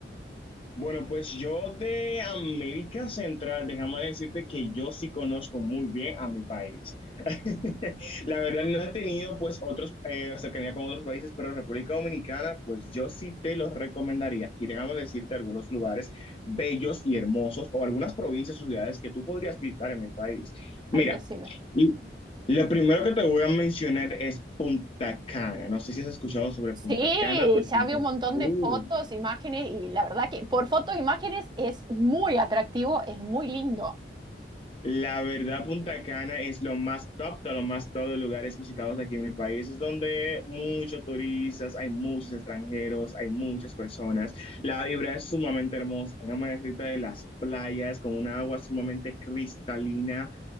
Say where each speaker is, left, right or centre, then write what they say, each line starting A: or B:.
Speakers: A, on the left; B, on the right.
A: Bueno, pues yo de América Central, déjame decirte que yo sí conozco muy bien a mi país. <laughs> La verdad no he tenido pues otros, eh, cercanía con otros países, pero República Dominicana, pues yo sí te los recomendaría. Y déjame decirte algunos lugares bellos y hermosos o algunas provincias o ciudades que tú podrías visitar en mi país. Mira,
B: Ahí decime.
A: y lo primero que te voy a mencionar es Punta Cana. No sé si has escuchado sobre Punta
B: Sí,
A: Cana, pero
B: ya
A: Punta
B: vi un
A: Cana...
B: montón de fotos, imágenes y la verdad que por fotos, imágenes es muy atractivo, es muy lindo.
A: La verdad, Punta Cana es lo más top de los más top de lugares visitados aquí en mi país. Es donde muchos turistas, hay muchos extranjeros, hay muchas personas. La vibra es sumamente hermosa. Déjame decirte de las playas con una agua sumamente cristalina,